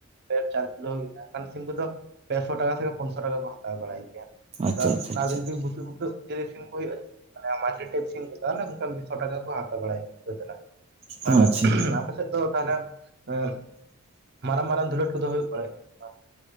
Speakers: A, on the right; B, on the right.
A: ᱯᱮ ᱪᱟᱨ ᱠᱤᱞᱳ ᱦᱩᱭᱩᱜᱼᱟ, ᱚᱱᱠᱟᱱ ᱥᱤᱢ ᱠᱚ ᱫᱚ ᱯᱮᱥᱚ ᱴᱟᱠᱟ ᱥᱮ ᱯᱳᱱᱥᱚ ᱴᱟᱠᱟ ᱠᱚ ᱦᱟᱛᱟᱣ ᱵᱟᱲᱟᱭ ᱜᱮᱭᱟ
B: ᱟᱪᱪᱷᱟ ᱟᱪᱪᱷᱟ
A: ᱟᱫᱚ ᱡᱩᱫᱤ ᱵᱩᱥᱟᱹᱜ ᱵᱩᱥᱟᱹᱜ ᱥᱤᱢ ᱠᱚ ᱦᱩᱭᱩᱜᱼᱟ ᱢᱮ ᱢᱟᱡᱷᱟᱨᱤ ᱴᱮᱯ ᱥᱤᱢ ᱠᱚᱫᱚ ᱠᱷᱟᱱ ᱢᱤᱫᱥᱚ ᱴᱟᱠᱟ ᱠᱚ ᱦᱟᱛᱟᱣ ᱵᱟᱲᱟᱭ ᱜᱮᱭᱟ ᱠᱟᱹᱛ ᱨᱮᱱᱟᱜ
B: ᱦᱩᱸ
A: ᱛᱟᱦᱚᱞᱮ
B: ᱟᱪᱪᱷᱟ
A: ᱟᱯᱮ ᱥᱮᱫ ᱫᱚ ᱛᱟᱦᱚᱞᱮ ᱮᱸ ᱢᱟᱨᱟᱝ ᱢᱟᱨᱟᱝ ᱫᱩᱞᱟᱹᱴ ᱠᱚ ᱫᱚ ᱦᱩᱭᱩᱜ ᱵᱟᱲᱟᱭ ᱜᱮᱭᱟ ᱥᱮ ᱵᱟᱝ?